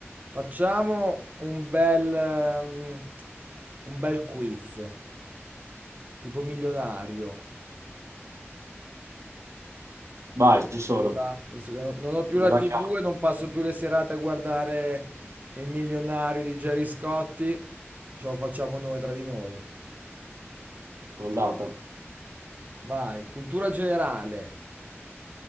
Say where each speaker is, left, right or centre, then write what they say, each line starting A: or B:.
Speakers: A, on the right; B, on the right.
A: Facciamo un bel, ehm, un bel quiz, tipo milionario.
B: Vai, ci sono.
A: Ti va? Visto che non, non ho più
B: Me
A: la
B: la
A: TV
B: cavo,
A: e non passo più le serate a guardare Il milionario di Gerry Scotti, ce lo facciamo noi tra di noi.
B: andata.
A: Vai, cultura generale.